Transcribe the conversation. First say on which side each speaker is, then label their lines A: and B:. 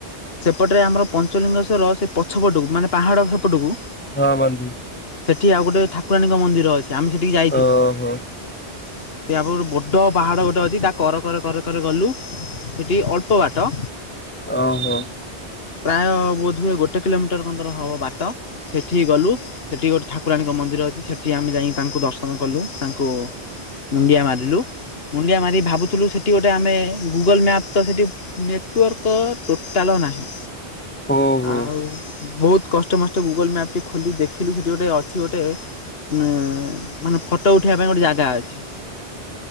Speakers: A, on the left; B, on the left.
A: ସେପଟରେ ଆମର ପଞ୍ଚଲିଙ୍ଗ ଶ୍ଵର ରହସ୍ୟ ସେ ପଛପଟକୁ ମାନେ ପାହାଡ଼ ହେପଟକୁ।
B: ହଁ ବନ୍ଧୁ।
A: ସେଠି ଆଉ ଗୋଟେ ଠାକୁରାଣୀଙ୍କ ମନ୍ଦିର ଅଛି। ଆମେ ସେଠିକି ଯାଇଥିଲୁ।
B: ଓହୋ
A: ସେ ଆଗରେ ବଡ଼ ପାହାଡ଼ ଗୋଟେ ଅଛି ତା କରେ କରେ କରେ କରେ ଗଲୁ ସେଠି ଅଳ୍ପ ବାଟ
B: ଓ ହୋ।
A: ପ୍ରାୟ ବୋଧହୁଏ ଗୋଟେ କିଲୋମିଟର ଖଣ୍ଡେ ହବ ବାଟ ସେଠି ଗଲୁ ସେଠି ଗୋଟେ ଠାକୁରାଣୀଙ୍କ ମନ୍ଦିର ଅଛି ସେଠି ଆମେ ଯାଇ ତାଙ୍କୁ ଦର୍ଶନ କଲୁ ତାଙ୍କୁ ମୁଣ୍ଡିଆ ମାରି ଲୁ ମୁଣ୍ଡିଆ ମାରି ଭାବୁ ଥିଲୁ ସେଠି ଗୋଟେ ଆମେ ଗୁଗଲ୍ ମ୍ୟାପ୍ ତ ସେଠି ନେଟୱାର୍କ ଟୋଟାଲ ନାହିଁ।
B: ଓ ହୋ
A: ଆଉ ବହୁତ କଷ୍ଟେ ମଷ୍ଟେ ଗୁଗଲ ମ୍ୟାପଟି ଖୋଲି ଦେଖିଲୁ ସେଠି ଗୋଟେ ଅଛି ଗୋଟେ ଉଁ ମାନେ ଫଟୋ ଉଠେଇବା ପାଇଁ ଗୋଟେ ଜାଗା ଅଛି।